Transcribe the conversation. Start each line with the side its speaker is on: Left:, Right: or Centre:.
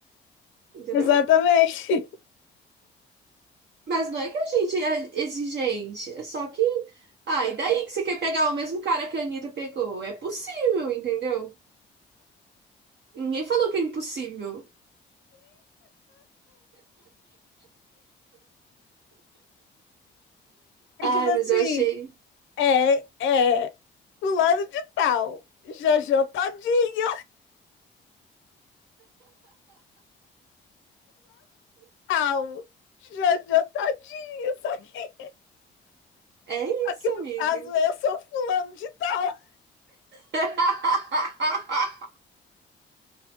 Right: entendeu?
Left: Exatamente. <laughs>
Right: Mas não é que a gente é exigente, é só que. Ah, e daí que você quer pegar o mesmo cara que a Anitta pegou? É possível, entendeu? Ninguém falou que é impossível.
Left: É
Right: Ai,
Left: tipo assim,
Right: mas eu achei.
Left: é, é, fulano de tal, Jojo Todinho, tal, Jojo Todinho, só que,
Right: É
Left: só
Right: isso,
Left: que no
Right: amiga.
Left: caso eu sou fulano de tal.
Right: <laughs>